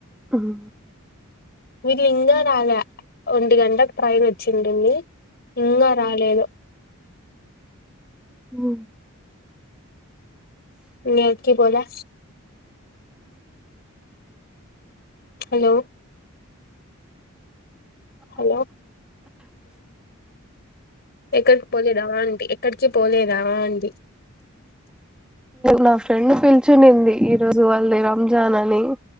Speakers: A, in the centre; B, on the left.
A: ఆవు
B: వీళ్ళు ఇంకా రా ల్యా ఒంటి గంటలకు ట్రైన్ వచ్చిండడి ఇంకా రాలేదు
A: హా
B: నవుకి బోలా హలో హలో ఎక్కడ్ కి పోలేదు దవా అంటడి ఎక్కడికి పోలేదావా అండి
A: నా ఫ్రెండ్ పిల్చునింది ఈ రోజు వాళ్ళ రంజాన్ అని